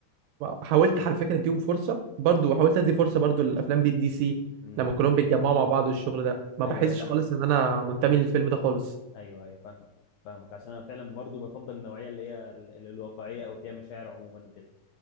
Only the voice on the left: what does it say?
امم
ايوه
أيوة، لا
ايوه ايوه فاهمك فاهمك عشان انا فعلا برضو بفضل النوعيه اللي هي ال- ال- الواقعيه او فيها مشاعر عموما وكده